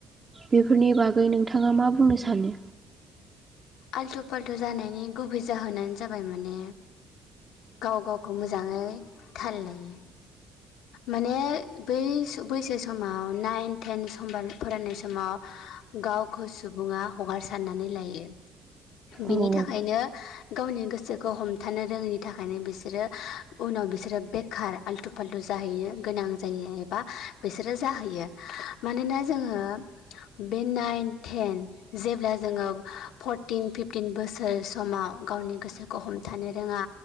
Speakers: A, on the right; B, on the left.
A: बेफोरनि बागै नोंथाङा मा बुंनो सानो?
B: आल्थु फाल्थु जानायनि गुबै जाहोनानो जाबाय माने गाव गावखौ मोजाङै थाललायि माने बै बैसो समाव नाइन टेन सम फरायनाय समाव गावखौ सुबुङा हगारसारनानै लायो बिनि
A: औ
B: थाखायनो
A: नोंथां
B: गावनि गोसोखौ हमथानो रोङैनि थाखायनो बिसोरो उनाव बिसोरो बेखार आल्थु फाल्थु ज जाहैयो गोनां जायो एबा बिसोरो जाहैयो मानोना जोङो बे नाइन टेन जेब्ला जोङो भट फरटिन फिफटिन बोसोर समाव गावनि गोसोखौ हमथानो रोङा